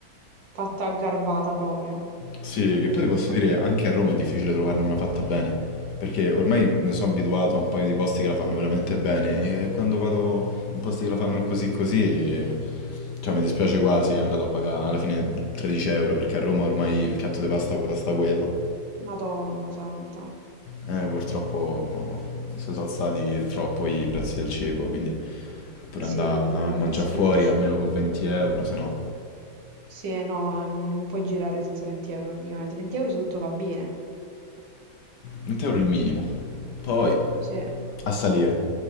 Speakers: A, on the right (about 65°); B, on the left (about 65°).
A: fatta a garbata proprio.
B: Sì, che poi ti posso dire, anche a Roma è difficile trovarne una fatta bene, perché ormai mi sono abituato a un paio di posti che la fanno veramente bene e quando vado in posti che la fanno così così, eh, cioè mi dispiace quasi andare a pagare alla fine 13 euro, perché a Roma ormai un piatto di pasta costa quello.
A: Madonna santa.
B: Eh, purtroppo si sono alzati troppo i prezzi del cibo, quindi pure
A: Sì,
B: andare
A: vabbè,
B: a mangiare
A: forse solo
B: fuori
A: il cibo.
B: almeno con 20 euro, se no
A: Sì, eh, no, ehm, non puoi girare senza 20 euro praticamente. 20 euro se tutto va bene.
B: 20 euro il minimo. Poi
A: Sì,
B: a salire.